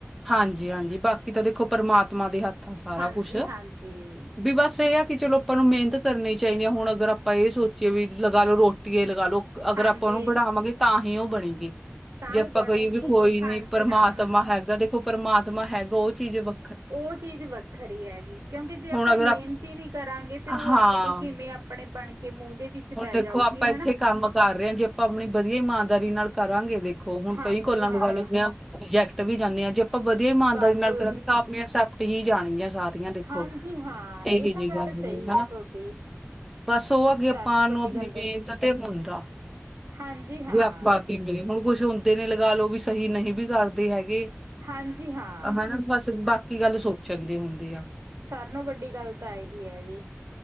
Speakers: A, in the centre; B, on the right.
A: ਹਾਂਜੀ-ਹਾਂਜੀ, ਬਾਕੀ ਤਾਂ ਦੇਖੋ ਪਰਮਾਤਮਾ ਦੇ ਹੱਥ ਆ ਸਾਰਾ
B: ਹਾਂਜੀ
A: ਕੁਛ
B: ਹਾਂਜੀ
A: ਵੀ ਬਸ ਇਹ ਆ। ਕਿ ਚਲੋ ਆਪਾਂ ਨੂੰ ਮਿਹਨਤ ਕਰਨੀ ਚਾਹੀਦੀ ਐ, ਹੁਣ ਅਗਰ ਆਪਾਂ ਇਹ ਸੋਚੀਏ ਵੀ ਲਗਾ ਲੋ ਰੋਟੀਏ ਲਗਾ ਲੋ ਅਗਰ
B: ਹਾਂਜੀ
A: ਆਪਾਂ ਉਹਨੂੰ ਬਣਾਵਾਂਗੇ ਤਾਂ ਹੀ ਉਹ ਬਣੇਗੀ।
B: ਤਾਂ
A: ਜੇ ਆਪਾਂ
B: ਉਹ ਬਣੂਗੀ
A: ਕੋਈ ਵੀ ਕੋਈ ਨੀ
B: ਹਾਂਜੀ
A: ਪਰਮਾਤਮਾ
B: ਹਾਂ
A: ਹੈਗਾ, ਦੇਖੋ ਪਰਮਾਤਮਾ ਹੈਗਾ ਉਹ ਚੀਜ਼ ਵ
B: ਉਹ ਚੀਜ਼ ਵੱਖਰੀ ਹੈਗੀ ਕਿਉਂਕਿ ਜੇ ਆਪਾਂ
A: ਹੁਣ ਅਗਰ
B: ਮਿਹਨਤ ਇ ਨੀ ਕਰਾਂਗੇ ਫਿਰ ਉਹ
A: ਹਾਂ
B: ਆਪ ਤੋਂ ਕਿਵੇਂ ਆਪਣੇ ਬਣ ਕੇ ਮੂੰਹ ਦੇ ਵਿੱਚ <unintelligible>
A: ਹੁਣ ਦੇਖੋ
B: ਜਾਊਗੀ
A: ਆਪਾਂ
B: ਹਨਾ
A: ਇੱਥੇ ਕੰਮ ਕਰ ਰਹੇ ਆ, ਜੇ ਆਪਾਂ ਆਪਣੀ ਵਧੀਆ ਇਮਾਨਦਾਰੀ ਨਾਲ ਕਰਾਂਗੇ ਦੇਖੋ ਹੁਣ
B: ਹਾਂਜੀ
A: ਕਈ ਕੋਲਾਂ
B: ਹਾਂ
A: ਨੂੰ <unintelligible> ਰਿਜੈਕਟ ਵੀ ਜਾਂਦੇ ਆ, ਜੇ ਆਪਾਂ ਵਧੀਆ ਇਮਾਨਦਾਰੀ
B: ਵਾਧੂ
A: ਨਾਲ ਕਰਾਂਗੇ
B: ਈ
A: ਤਾਂ ਆਪਣੇ ਅਸੈਪਟ ਹੀ ਜਾਣਗੀਆਂ ਸਾਰੇ। ਦੇਖੋ,
B: ਹਾਂਜੀ ਹਾਂ
A: ਇਹੋ
B: ਇਹ ਤਾਂ
A: ਜਿਹੀ ਗੱਲ
B: ਸਹੀ
A: ਨਾ
B: ਹੈ ਤੁਹਾਡੀ
A: ਬਸ ਉਹ ਅੱਗੇ
B: ਸਾਰਿਆਂ
A: ਆਪਾਂ
B: ਨਾਲੋਂ ਵੱਡੀ
A: ਨੂੰ ਆਪਣੀ
B: ਗੱਲ ਤਾਂ
A: ਮਿਹਨਤ ਤੇ ਹੁੰਦਾ,
B: ਹਾਂਜੀ ਹਾਂ
A: ਵੀ ਆਪਾਂ ਕੀ ਹੁਣ ਕੁਛ ਹੁੰਦੇ ਨੇ ਲਗਾ ਲਓ ਵੀ ਸਹੀ ਨਹੀਂ ਵੀ ਕਰਦੇ ਹੈਗੇ।
B: ਹਾਂਜੀ, ਹਾਂ।
A: ਹਨਾ ਬਸ ਬਾਕੀ ਗੱਲ ਸੋਚਣ ਦੀ ਹੁੰਦੀ ਆ
B: ਸਾਰੇ ਨਾਲ ਵੱਡੀ ਗੱਲ ਤਾਂ ਇਹੀ ਹੈ ਜੀ